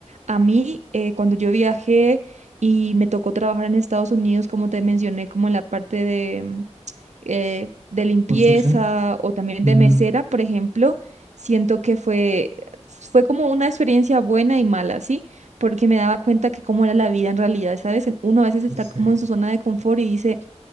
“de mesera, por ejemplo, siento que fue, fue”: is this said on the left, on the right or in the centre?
Right